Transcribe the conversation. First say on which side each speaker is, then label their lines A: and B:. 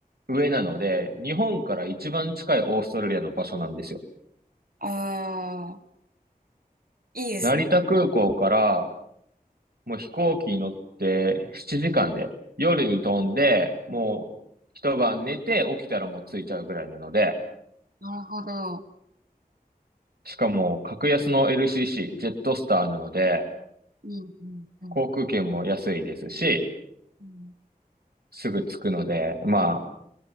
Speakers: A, on the right (about 80°); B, on the right (about 65°).
A: 上なので、日本から一番近いオーストラリアの場所なんですよ。
B: ああ、いいですね。
A: 成田空港からもう飛行機に乗って7時間で、夜に飛んで、もう一晩寝て起きたらもう着いちゃうぐらいなので、
B: なるほど。
A: しかも、格安の LCC、ジェットスターなので、
B: うんうんうん。
A: 航空券も安いですし、
B: うん
A: すぐ着くので、まあ、